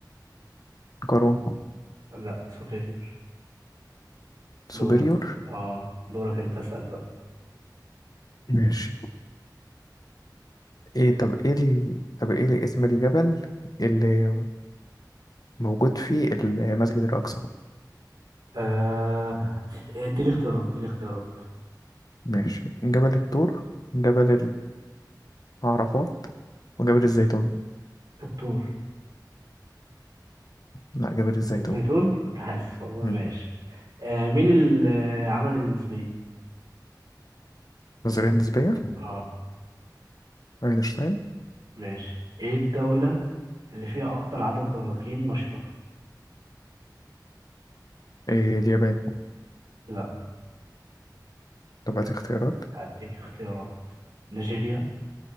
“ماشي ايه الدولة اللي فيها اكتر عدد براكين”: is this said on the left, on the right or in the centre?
Right